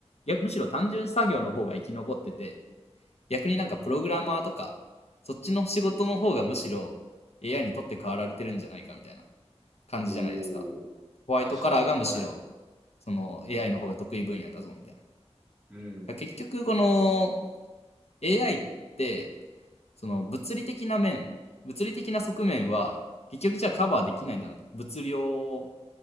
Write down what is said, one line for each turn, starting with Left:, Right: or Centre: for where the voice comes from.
Left: 逆むしろ単純作業の方が生き残ってて、逆になんかプログラマーとか、そっちの仕事の方がむしろ AI にとって変わられてるんじゃないかみたいな感じじゃないですか。
Centre: おー、
Left: ホワイトカラーがむしろ
Centre: 確かに。はい。
Left: その AI の方が得意分野だぞみたい
Centre: うん、
Left: な。結局この AI ってその物理的な面、物理的な側面は結局じゃあカバーできないんだなと。物量